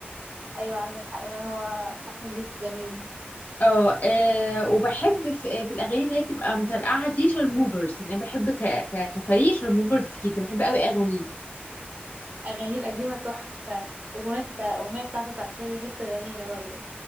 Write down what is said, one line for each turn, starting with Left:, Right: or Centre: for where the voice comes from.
Right: ايوه عندك حق فعلا هو بتاع احمد مكي جميل
Left: اه آه، وبحب في, في الاغاني اللي هي بتبقى مترقعة دي شارموفرز يعني أنا بحب ك, ك, كفريق شارموفرز كده بحب قوي اغانيه
Right: اغانيه القديمه تحفه واغنيه الاغنيه بتاعته بتاعت فيلم هيبت جميله برضه